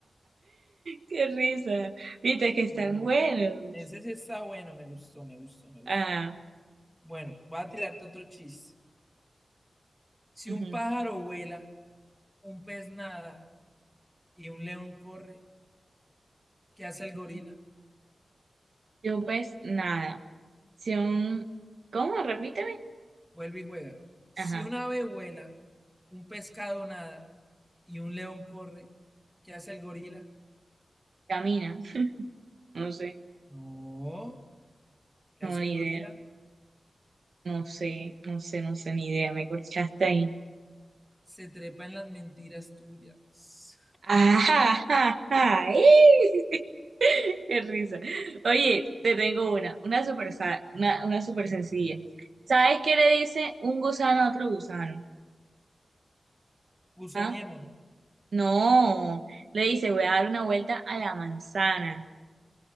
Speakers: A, on the right; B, in the centre.
A: Qué risa. Viste que están
B: Bueno,
A: buenos.
B: ese sí está bueno, me gustó, me gustó, me gustó.
A: Ah,
B: Bueno, voy a tirarte otro chiste. Si
A: ujú,
B: un pájaro vuela, un pez nada y un león corre, ¿qué hace el
A: ujú.
B: gorila?
A: Yo pues nada. Sion, ¿cómo? Repíteme.
B: Vuelve y juega. Si
A: Ajá,
B: un ave vuela, un pescado nada y un león corre, ¿qué hace el gorila?
A: camina. No sé,
B: No, ¿qué
A: no,
B: hace
A: ni
B: el gorila?
A: idea. No sé, no sé, no sé, ni idea. Me corchaste ahí.
B: Se trepa en las mentiras tuyas.
A: Ajá, ajá, ajá. ¡eh! <laughs> Qué risa. Oye, te tengo una, una super, sa- una, una super sencilla. ¿Sabes qué le dice un gusano a otro gusano?
B: <laughs> Gusaniémonos.
A: ¿Ah? No, le dice, voy a dar una vuelta a la manzana.